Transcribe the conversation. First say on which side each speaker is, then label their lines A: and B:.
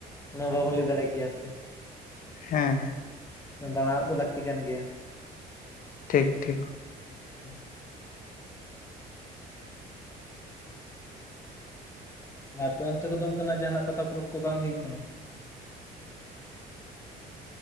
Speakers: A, on the left; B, on the left.
A: ᱚᱱᱟ ᱵᱟᱵᱚᱱ ᱞᱟᱹᱭ ᱫᱟᱲᱮ ᱠᱮᱭᱟ ᱥᱮ᱾
B: ᱦᱮᱸ
A: ᱫᱟᱬᱟ ᱣᱟᱜᱜ ᱫᱚ ᱞᱟᱹᱠᱛᱤ ᱠᱟᱱ ᱜᱮᱭᱟ᱾
B: ᱴᱷᱤᱠ ᱴᱷᱤᱠ᱾
A: <inaudible> ᱟᱯᱮ ᱚᱱᱛᱮ ᱠᱚᱫᱚ ᱚᱝᱠᱟᱱᱟᱜ ᱡᱟᱦᱟᱱᱟᱜ ᱯᱟᱛᱟ ᱯᱚᱨᱚᱵᱽ ᱠᱚ ᱵᱟᱝ ᱦᱩᱭᱩᱜ ᱠᱟᱱᱟ?